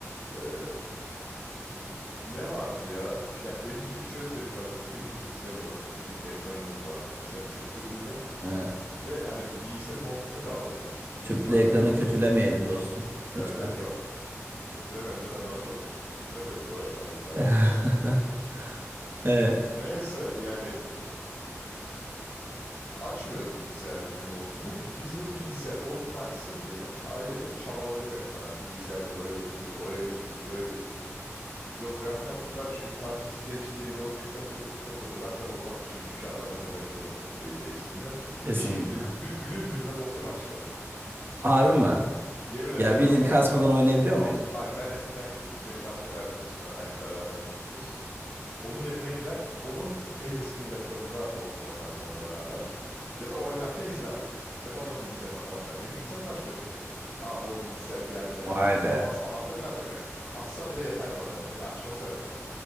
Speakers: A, on the left; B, on the right.
A: e, b- ne vardı ya? Şey, yani benim bilgi şöyle söyleyeyim bu arada. Benim bilgisayarım o zaman tüplü bir ekranımız vardı. Bilgisayarım çok kötüydü.
B: Evet.
A: Ve hani bilgisayarım Wolf kaldırmıyordu. Ciddi
B: Tüplü
A: manada
B: ekranı
A: kaldırmıyor.
B: kötülemeyelim dostum
A: Evet,
B: lütfen.
A: yok kötüleme önceden bana çok hizmet etti o ekran yıllarca.
B: <laughs> Evet,
A: Neyse yani açmıyordu bilgisayar bildiğim WoW Team'i. Biz o bilgisayar WoW Team'i açsın diye ailecek çabaladık resmen. Hani bilgisayarcılara götürdük, oraya götürdük, buraya götürdük. Yok RAM taktılar, şu parçası değişti, yok şu takıldı, bu takıldı. Ben tabii o zaman küçüğüm, hiçbir şey anlamıyorum. Ne takıldı, ne tek- e, değişti bilmiyorum.
B: kesinlikle.
A: Bir şekilde bir, bir günün birinde WoW Team açtı.
B: Harbi mi?
A: Yemin ederim
B: Ya bildiğin
A: açtı.
B: kasmadan
A: O kadar...
B: oynayabiliyor
A: al-
B: muydun?
A: Bak ben eskiden gidip benim başka bir arkadaşım var aynı beraber büyüdüğümüz. Onun evine gider. Onun teyzesinin laptopunda Wolf Team oynardım onunla beraber. Ya da o oynarken izlerdim. Ya da onun bilgisayarında falan oynardım. Benim bilgisayarım açmıyordu çünkü. Abi o bilgisayar geldi.
B: Vay
A: Kasma
B: be.
A: fasma hatırlamıyorum yani. Kassa bile yeter bana. Önemli değil. Açması önemli.